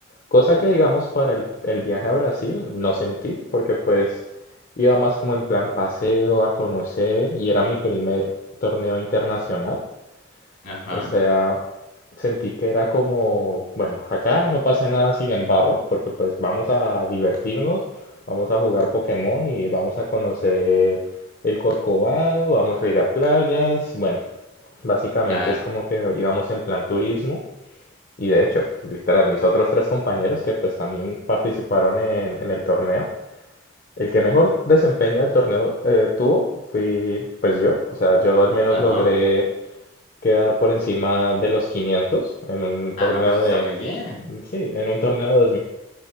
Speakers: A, on the left; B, on the left.
A: Cosa que, digamos, para el, el viaje a Brasil no sentí, porque pues iba más como en plan paseo, a conocer, y era mi primer torneo internacional.
B: Ajá,
A: O sea, sentí que era como, bueno, acá no pasa nada si la embarro, porque pues vamos a divertirnos, vamos a jugar Pokémon y vamos a conocer el Corcovado, vamos a ir a playas, bueno, básicamente
B: claro.
A: es como que íbamos en plan turismo y de hecho, literal, mis otros tres compañeros que pues también participaron en, en el torneo, el que mejor desempeño del torneo eh, tuvo fui pues yo, o sea, yo al menos
B: No.
A: logré quedar por encima de los 500 en un torneo
B: Ah, no, pues está
A: de,
B: muy bien.
A: sí, en un torneo de